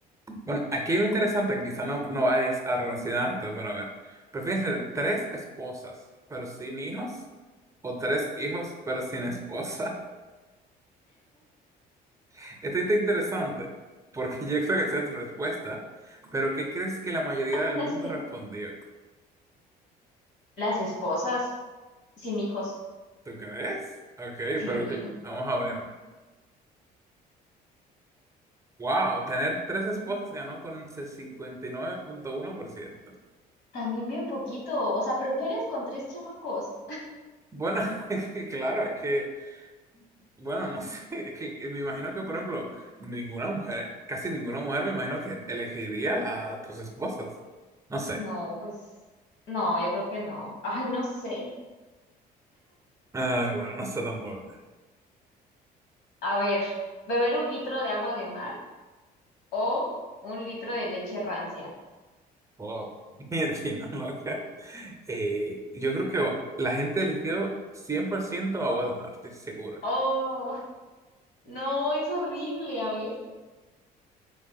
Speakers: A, on the right (about 20°); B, on the left (about 85°).
A: Bueno, aquí hay lo interesante, que quizá no, no vayas a relacionarte, pero a ver. ¿Prefieres tener tres esposas, pero sin hijos? ¿O tres hijos, pero sin esposa? <laughs> Esto está interesante, porque yo creo que esa es tu respuesta. Pero ¿qué crees que la mayoría
B: <laughs>
A: del mundo respondió?
B: Las esposas, sin hijos.
A: ¿Tú crees? Ok,
B: Sí.
A: pero que- vamos a ver. Wow, tener tres esposas ganó con cincuenta y nueve punto uno por ciento.
B: También bien poquito. O sea, ¿pero qué harías con tres chamacos?
A: Bueno, <laughs> es que claro, es que, bueno, no <laughs> sé, es que que me imagino que, por ejemplo, ninguna mujer, casi ninguna mujer, me imagino que elegiría las tres esposas. No sé.
B: No, pues no, yo creo que no. Ay, no sé.
A: Ay, bueno, no sé tampoco.
B: A ver, beber un litro de agua de mar o un litro de leche rancia.
A: Wow. <laughs> Mierda, loca. Eh, yo creo que la gente eligió 100% agua de mar, estoy seguro.
B: Oh, no, es horrible, a ver.